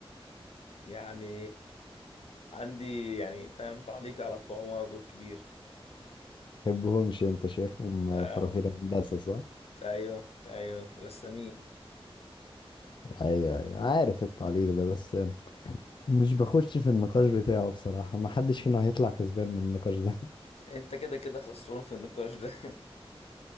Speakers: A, on the left; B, on the left.
A: يعني عندي يعني فاهم تعليق على بتوع عمارة دول كبير
B: تحبهمش انت شايفهم
A: اه
B: فرافير هندسة صح
A: ايوه ايوه رسامين
B: ايوه ايوه عارف التعليق ده بس مش بخش في النقاش بتاعه بصراحة ما حدش فينا هيطلع كسبان من النقاش ده
A: انت كده كده خسران في النقاش ده